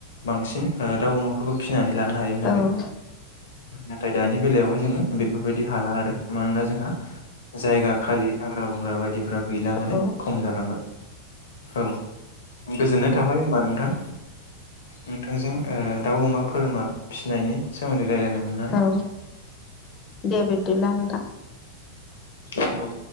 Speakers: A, on the left; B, on the left.
A: बांसिन दाउ अमाफोरखौ फिसिनानै लानो हायोमोन
B: औ
A: आरो नाथाय दानि बेलायावहाय जोङो बेफोरबायदि हाला आरो मानोना जोंहा जायगा खालि हाग्रा बंग्रा बायदिफ्रा गैला माने
B: औ
A: खम जालांबाय औ गोजोननाय थाबाय होमबा नोंथां नोंथांजों ओ दाउ अमा बोरमा फिसिनायनि सोमोन्दै रायलायनो मोननानै
B: औ दे बेेद्बिलानो नोंथां
A: औ